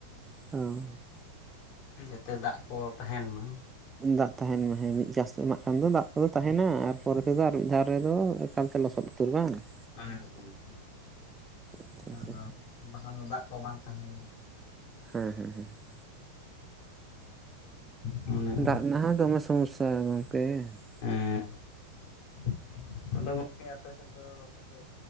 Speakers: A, on the right; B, on the left.
A: ᱚ
B: ᱡᱟᱛᱮ ᱫᱟᱜ ᱠᱚ ᱛᱟᱦᱮᱱ ᱢᱟ ᱾
A: ᱫᱟᱜ ᱛᱟᱦᱮᱱ ᱢᱟ ᱦᱮᱸ ᱢᱤᱫ ᱪᱟᱥ ᱮᱢᱟᱜ ᱠᱷᱟᱱ ᱫᱚ ᱫᱟᱜᱼᱼ ᱫᱚ ᱛᱟᱦᱮᱱᱟ, ᱟᱨ ᱯᱚᱨᱮ ᱛᱮᱫᱚ ᱟᱨ ᱢᱤᱫ ᱫᱷᱟᱣ ᱨᱮᱫᱚ ᱮᱠᱟᱞ ᱛᱮ ᱞᱚᱥᱚᱫ ᱩᱛᱟᱹᱨ ᱵᱟᱝ ᱾
B: ᱦᱮᱸ
A: ᱟᱪᱪᱷᱟ
B: ᱦᱮᱸ
A: ᱟᱪᱪᱷᱟ
B: ᱟᱫᱚ ᱵᱟᱠᱷᱟᱱ ᱫᱚ ᱫᱟᱜ ᱠᱚ ᱵᱟᱝ ᱛᱟᱦᱮᱱᱼᱼ
A: ᱦᱮᱸ ᱦᱮᱸ ᱦᱮᱸ ᱾
B: ᱚᱱᱮ ᱚᱱᱠᱟ
A: ᱫᱟᱜ ᱨᱮᱱᱟᱜ ᱦᱚᱸ ᱫᱚᱢᱮ ᱥᱚᱢᱚᱥᱟ ᱜᱚᱝᱠᱮ ᱾
B: ᱮᱸᱻ ᱾ ᱟᱫᱚ ᱜᱚᱝᱠᱮ, ᱟᱯᱮ ᱥᱮᱫ ᱫᱚ, ᱯᱟᱪᱮᱫ,